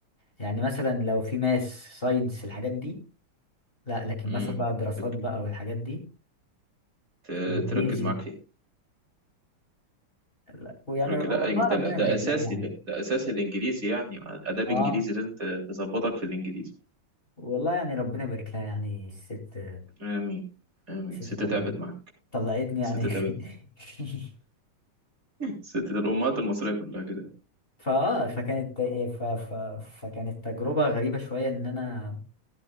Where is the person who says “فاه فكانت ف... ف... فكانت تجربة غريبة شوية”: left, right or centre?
Left